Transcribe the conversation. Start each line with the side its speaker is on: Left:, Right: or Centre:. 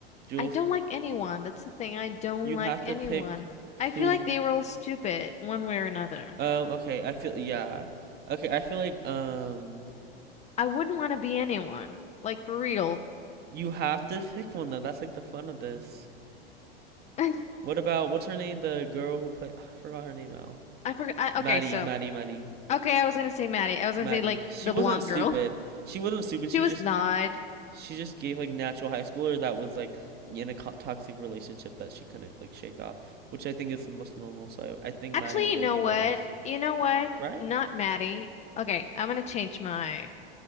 Right: Jules?
Left: I don't like anyone. That's the thing. I don't
Right: You
Left: like
Right: have to
Left: anyone.
Right: pick who.
Left: I feel like they were all stupid one way or another.
Right: Um, okay, I feel yeah. Okay, I feel like um
Left: I wouldn't want to be anyone. Like for real.
Right: you have to pick one though. That's like the fun of this.
Left: <laughs> I
Right: What about what's her name? The girl who played I forgot her name now.
Left: forgot. I,
Right: Maddie,
Left: okay, so
Right: Maddie, Maddie,
Left: okay, I was gonna say Maddie. I was
Right: Maddie.
Left: gonna say like
Right: She
Left: the
Right: wasn't
Left: blonde
Right: stupid.
Left: girl. <laughs>
Right: She wasn't stupid. She
Left: She
Right: was
Left: was
Right: just
Left: not.
Right: she just gave like natural high schooler that was like in a co- toxic relationship that she couldn't like shake off, which I think is the most normal. So I, I think
Left: Actually,
Right: Maddie would
Left: you know
Right: be
Left: what?
Right: better,
Left: You know what?
Right: right?
Left: Not Maddie. Okay, I'm gonna change my